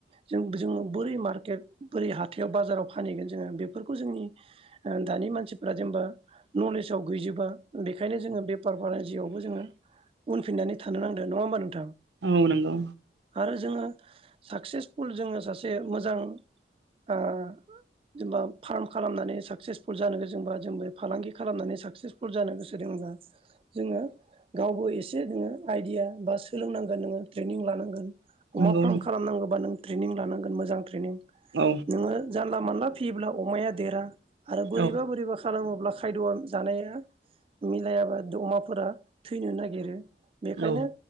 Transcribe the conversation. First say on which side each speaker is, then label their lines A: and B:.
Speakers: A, on the right (about 30°); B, on the right (about 80°).
A: जों जोङो बोरै मार्केट बोरै हाथायाव बाजाराव फानहैगोन जोङो बेफोरखौ जोंनि ओ दानि मानसिफ्रा जेनेबा नलेजाव गैजोबा बेखायनो जोङो बेफार फालांजियावबो जोङो उनफिननानै थानो नांदो नङाहोमबा नोंथां?
B: औ नंगौ।
A: आरो जोङो साकसेसफुल जोङो सासे मोजां ओ जेनेबा फार्म खालामनानै साकसेसफुल जानो गोजोंबा जों बे फालांगि खालामनानै साकसेसफुल जानो गोसो दंबा जोङो गावबो एसे नोङो आइदिया बा सोलोंनांगोन नोङो थ्रे निं लानांगोन। अमा
B: नंगौ
A: फार्म खालामनांगौबा नों ट्रनिं लानांगोनोजां ट्रेनिं
B: औ
A: नोङो जानला मोनाला फियोब्ला अमाया देरा आरो बोरैबा
B: औ
A: बोरैबा खालामोब्ला खायद' जानाया मिलायाबा अमाफोरा थैनो नागिरो बेखायनो
B: औ